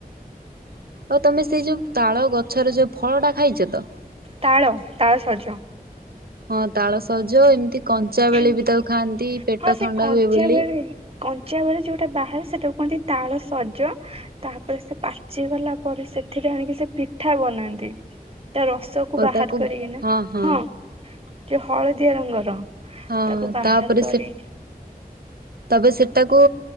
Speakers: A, on the right (about 75°); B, on the right (about 40°).
A: ଆଉ ତମେ ସେଇ ଯୋଉ ତାଳ ଗ ଗଛରେ ଯୋଉ ଫଳ ଟା ଖାଇଛ ତ?
B: ତାଳ ତାଳ ସଜ
A: ହଁ ତାଳ ସଜ ଏମିତି କଞ୍ଚା
B: ହଁ
A: ବେଳେ ବି ତାକୁ ଖାଆନ୍ତି ପେଟ
B: ସେ
A: ଥଣ୍ଡା
B: କଞ୍ଚା
A: ହୁଏ ବୋଲି।
B: ବଳେ କଞ୍ଚା ବେଳେ ଯୋଉଟା ବାହାରେ ସେଟାକୁ କୁହନ୍ତି ତାଳ ସଜ ତାପରେ ସେ ପାଚି ଗଲା ପରେ ସେଥିରେ ଆଣିକି ସେ ପିଠା ବନାନ୍ତି। ତା ରସ କୁ
A: ଓ
B: ବାହାର
A: ତାକୁ
B: କରିକିନା
A: ହଁ ହଁ
B: ହଁ ହଳଦିଆ ରଙ୍ଗର
A: ହଁ
B: ତାକୁ ବାହାର
A: ତାପରେ
B: କରି
A: ସେ ତବେ ସେଟାକୁ